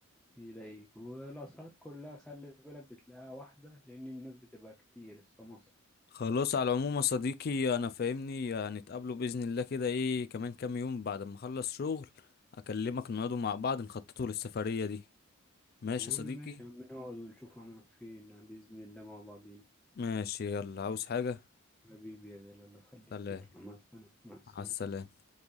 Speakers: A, in the centre; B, on the left.
A: يلاقيك والأسعار كلها خلي بالك بتلاقيها واحدة لأن الناس بتبقى كتير السماسرة
B: خلاص على العموم يا صديقي انا فاهمني هنتقابلوا باذن الله كده ايه كمان كام يوم بعد ما اخلص شغل اكلمك نقعدوا مع بعض نخططوا للسفريه دي ماشي
A: يا عم
B: يا صديقي
A: ماشي يا عم نقعد ونشوف هنروح فين بإذن الله مع بعض
B: ماشي يلا عاوز حاجه
A: حبيبي يا غالي الله يخليك
B: سلام
A: يلا مع السلامة مع السلامة
B: مع السلامه